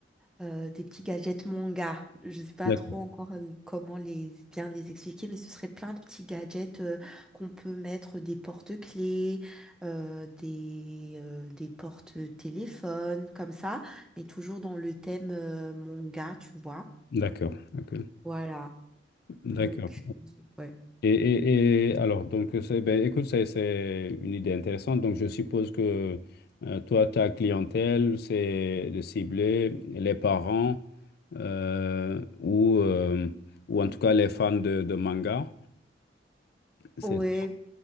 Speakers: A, in the centre; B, on the left.
A: euh, des petits gadgets manga. Je sais pas
B: D'accord,
A: trop encore euh, comment les bien les expliquer, mais ce serait plein de petits gadgets euh, qu'on peut mettre des porte-clés, euh, des, euh, des porte-téléphones, comme ça, mais toujours dans le thème euh, manga, tu vois.
B: d'accord, d'accord.
A: Voilà.
B: d'accord.
A: Donc, euh, ouais.
B: Et, et, et alors, donc, euh, c'est, ben, écoute, c'est, c'est une idée intéressante. Donc, je suppose que euh, toi, ta clientèle, c'est de cibler les parents euh, ou, euh, ou en tout cas les fans de, de manga. C'est
A: Ouais,
B: ça.